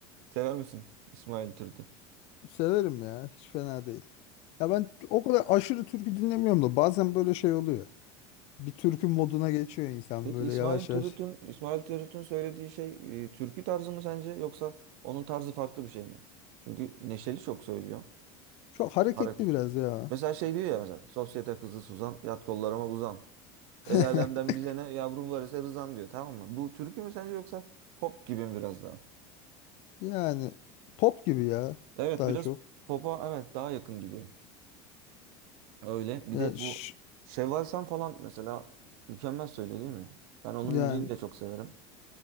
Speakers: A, on the right; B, on the left.
A: Sever misin İsmail Türüt'ü?
B: Severim ya. Hiç fena değil. Ya ben o kadar aşırı türkü dinlemiyorum da bazen böyle şey oluyor. Bir türkü moduna geçiyor insan
A: Peki
B: böyle
A: İsmail
B: yavaş
A: Türüt'ün
B: yavaş.
A: İsmail Türüt'ün söylediği şey e, türkü tarzı mı sence yoksa onun tarzı farklı bir şey mi? Çünkü neşeli çok söylüyor.
B: Çok hareketli
A: Hareket.
B: biraz ya.
A: Mesela şey diyor ya mesela sosyete kızı Suzan yat kollarıma uzan.
B: <laughs>
A: El alemden bize ne yavrum var ise rızan diyor tamam mı? Bu türkü mü sence yoksa pop gibi mi biraz daha?
B: Yani pop gibi ya
A: Evet
B: daha
A: biraz
B: çok.
A: popa evet daha yakın gibi. Öyle bir
B: Ya
A: de bu
B: ş-
A: Şevval Sam falan mesela mükemmel söylüyor değil mi? Ben onun
B: yani
A: müziğini de çok severim.